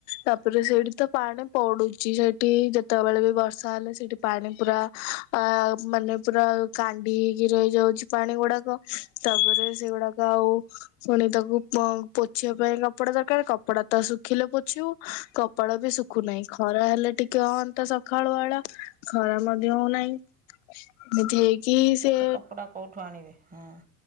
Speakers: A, on the left; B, on the right.
A: ତାପରେ ସେଇଠି ତ ପାଣି ପଡୁଚି ସେଠି, ଯେତେବେଳେ ବି ବର୍ଷା ହେଲେ ସେଇଠି ପାଣି ପୁରା ଅ ମାନେ ପୁରା କାଣ୍ଡି ହେଇକି ରହିଯାଉଛି ପାଣି ଗୁଡାକ, ତାପରେ ସେଗୁଡାକ ଆଉ ପୁଣି ତାକୁ ପ-ପୋଛିବା ପାଇଁ କପଡା ଦରକାର, କପଡା ତ ଶୁଖିଲେ ପୋଛିବୁ। କ କପଳା ବି ଶୁଖୁନାହିଁ। ଖରା ହେଲେ ଟିକେ ହଅନ୍ତା ସଖାଳ ବେଳା, ଖରା ମଧ୍ୟ ହଉନାହିଁ। ଏନ୍ତି ହେଇକି
B: କେତେ
A: ସେ
B: କପଡ଼ା କୋଉଠୁ ଆଣିବେ? ହଁ।